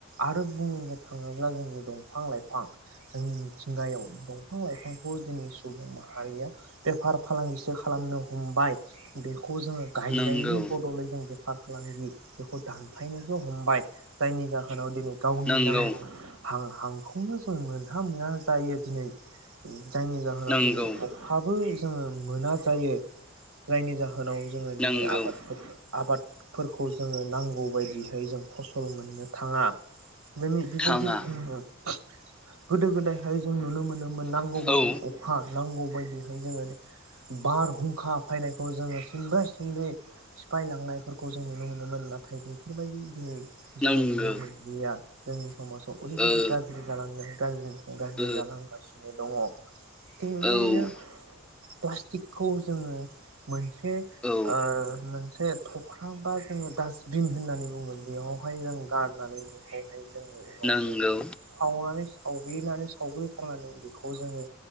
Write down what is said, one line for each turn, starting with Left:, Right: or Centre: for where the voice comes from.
Right: आरो बुंनो थाङोब्ला जोंनि दंफां लाइफां जोंनि मिथिंगायाव दंफां लाइफांखौ दिनै सुबुं माहारिया बेफार फालांगिसो खालामनो हमबाय बेखौ जोङो गायनायनि
Centre: नोंगौ
Right: बदलै जों बे फार फालांगि बेखौ दानफायनोसो हमबाय जायनि जाहोनाव दिनै गावनि
Centre: नोंगौ
Right: नांगौ हां बेखौनो जों मोनहा मोनहा जायो दिनै। जायनि जाहोनाव
Centre: नोंगौ
Right: दिनै अफाब ओ मोना जायो जायनि जाहोनाव होनाव जोङो
Centre: नोंगौ
Right: दिनै आबाद फो आबाद फोरखौ जोङो नांगौ बायदियैहाय जों फसल मोननो थाङा। नों इदिखौ
Centre: थाङा
Right: जेबो बुंनो थाङा। गोदो गोदायहाय जों नुनो मोन नो मोन नांगौबायदि
Centre: औ
Right: अखा नांगौ। बायदि फाय जोङो बारहुंखा फैनायखौ जोङो सिनब्रे-सिनब्रा सिफायलांनायफोरखौ जों नुनो मोनोमोन नाथाय बेफोरबायदि दिनै जोङो
Centre: नोंगो
Right: नुनो मोनलिया। जोंनि समाज ओरैबायदि
Centre: ओ
Right: गाज्रि जालांदों गाज्रि गाज्रि
Centre: ओ
Right: जालांगासिनो दङ। बेबायदिनो
Centre: औ
Right: प्लास्टिकखौ जोङो मोन ए
Centre: औ
Right: ओ मोन ए थख्रा बा जोङो डासटबिन होननानै बुङो बेयावहाय जों गारनानै बेखौहाय जों उनावहाय
Centre: नोंगौ
Right: सावनानै सावग्लिनानै सावग्लि थांनानै बेखौ जोङो